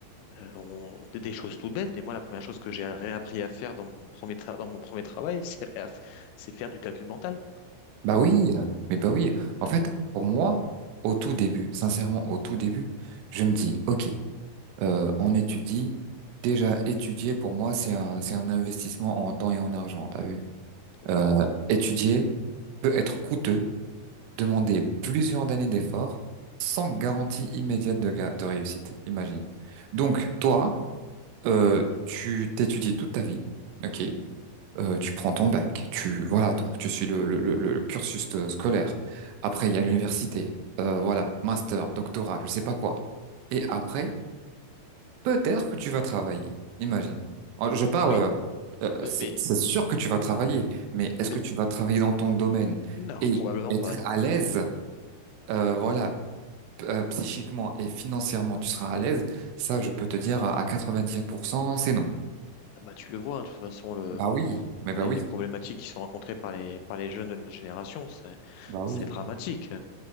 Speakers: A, on the left; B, on the right.
A: euh, on- des, des choses toutes bêtes. Mais moi, la première chose que j'ai réappris à faire dans mon premier, tra- dans mon premier travail, <laughs> c'est réaff- c'est faire du calcul mental,
B: Bah oui, euh, mais bah oui. En fait, pour moi, au tout début, sincèrement, au tout début, je me dis, ok, euh, on étudie. Déjà, étudier, pour moi, c'est un, c'est un investissement en temps et en argent, t'as vu?
A: complètement.
B: Euh, étudier peut être coûteux demander plusieurs années d'efforts sans garantie immédiate de, ga- de réussite, imagine. Donc, toi, euh, tu t'étudies toute ta vie, ok? Euh, tu prends ton bac, tu voilà, donc tu suis le, le, le- le cursus euh, scolaire. Après, il y a l'université, euh, voilà, master, doctorat, je sais pas quoi. Et après, peut-être que tu vas travailler, imagine. Alors, Je parle,
A: Oui,
B: euh, euh,
A: mais,
B: c'est
A: mais
B: c'est sûr que tu vas travailler, mais est-ce
A: mais
B: que tu vas travailler dans ton domaine
A: non,
B: et
A: probablement
B: être
A: pas, non.
B: à l'aise? Euh, voilà, euh, psychiquement et financièrement tu seras à l'aise, ça je peux te dire à 90% c'est non.
A: Ah bah, tu le vois, hein, de toute façon, le,
B: Bah oui, mais
A: les,
B: bah oui,
A: les problématiques qui sont rencontrées par les, par les jeunes de notre génération, c'est,
B: bah oui.
A: c'est dramatique.